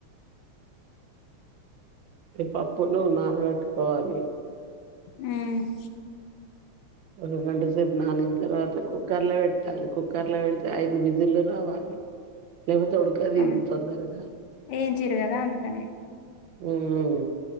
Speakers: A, on the right; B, on the left.
A: పప్పులు నాన పెట్టుకోవాలి
B: మ్మ్
A: ఒక గంట సేపు నానిన తర్వాత కుక్కర్ లో పెట్టాలి కుక్కర్ లో పెడితే ఐదు విజిలు రావాలి నేమతే ఉడుకాదు
B: ఆ
A: ఇది తొందరగా
B: ఏంచిరు కదా అందుకనే
A: మ్మ్